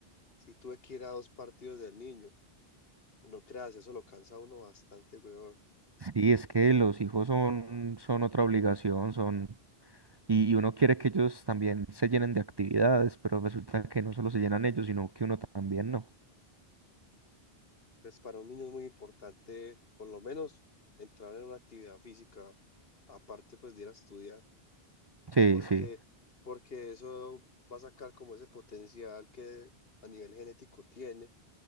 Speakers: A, on the left; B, on the right.
A: sí tuve que ir a dos partidos del niño. No creas, eso lo cansa a uno bastante, weón.
B: Sí, es que los hijos son, son otra obligación, son... Y, y uno quiere que ellos también se llenen de actividades, pero resulta que no solo se llenan ellos, sino que uno también no.
A: Pues para un niño es muy importante, por lo menos, entrar en una actividad física, aparte pues de ir a estudiar,
B: Sí,
A: porque,
B: sí.
A: porque eso va a sacar como ese potencial que a nivel genético tiene